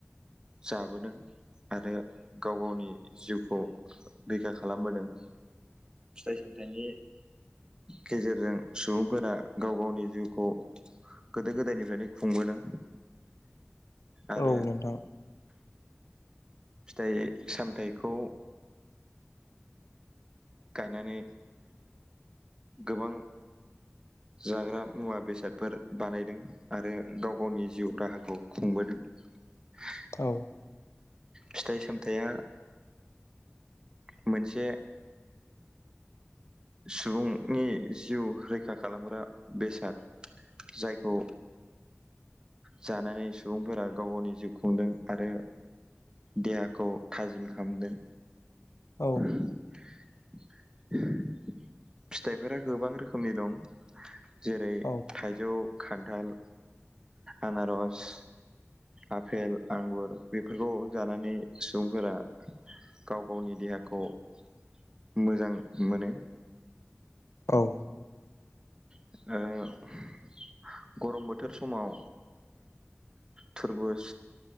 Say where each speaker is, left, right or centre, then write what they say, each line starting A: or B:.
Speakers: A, on the right; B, on the left.
A: जाबोदों आरो गाव गावनि जिउखौ रैखा खालामबोदों फिथाइ सामथाइनि गेजेरजों सुबुंफोरा गाव गावनि जिउखौ गोदो गोदायनिफ्रायनो खुंबोदों, आरो
B: औ नोंथां
A: फिथाइ सामथायाइखौ गायनानै गोबां जाग्रा मुवा बेसादफोर बानायदों आरो गाव गावनि जिउ राहाखौ खुंबोदों। <unintelligible>
B: औ।
A: फिथाइ सामथायाइया मोनसे सुबुंनि जिउ रैखा खालामग्रा बेसाद। जायखौ जानानै सुबुंफोरा गाव गावनि जिउ खुंदों, आरो देहाखौ थाजिम खालामदों।
B: औ।
A: <unintelligible> फिथाइफोरा गोबां रोखोमनि दं। जेरै
B: औ
A: थाइजौ, खान्थाल, आनारस। आफेल आंगुर बेफोरखौ जानानै सुबुंफोरा गाव गावनि देहाखौ खौ मोजां मोनो।
B: औ।
A: <unintelligible> गरम बोथोर समाव थुरबुज